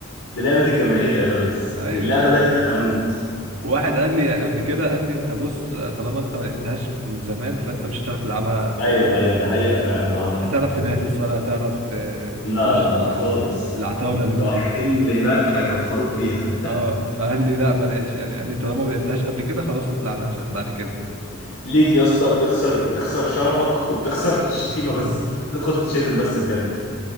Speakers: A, on the left; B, on the right.
A: دي لعبة الجماهير يا ريس
B: ايوه
A: دي اللعبة التي لا تموت
B: واحد قال لي قبل كده قال لي انت بص طالما انت ما لعبتهاش من زمان فانت مش هتعرف تلعبها
A: ايوه
B: دلوقتي
A: ايوه دي حقيقة فعلا وعنده
B: مش
A: حق
B: هتعرف تنافس ولا هتعرف ت-
A: لا
B: تخش
A: لا
B: مع
A: خالص
B: العتاوله اللي
A: المتوحدين
B: موجودين
A: اللي هناك هيكفروك فيها
B: اه فقال لي لا بلاش يعني قال لي طالما ما لعبتهاش قبل كده خلاص ما تلعبهاش بعد كده
A: <laughs> ليج يا اسطى بتخسر بتخسر شرفك <laughs> وبتخسر الشتيمة
B: <laughs>
A: بس تدخل تشتم بس بجد